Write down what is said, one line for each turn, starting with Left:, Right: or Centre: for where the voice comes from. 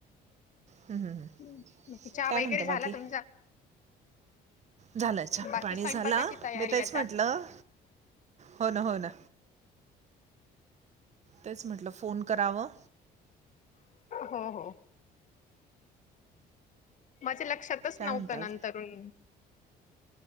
Right: हम्म, हम्म, हम्म.
Left: मग काही चहा
Right: काय
Left: वगैरे
Right: म्हणता
Left: झाला
Right: बाकी
Left: तुमचा?
Right: झालं चहा
Left: बाकी
Right: पाणी
Left: स्वयंपाकाची
Right: झाला
Left: तयारी
Right: मी तेच
Left: आता.
Right: म्हटलं, हो ना हो ना. तेच म्हटलं फोन करावं.
Left: हो हो माझ्या लक्षातच
Right: काय
Left: नव्हतं
Right: म्हणतात
Left: नंतरुण.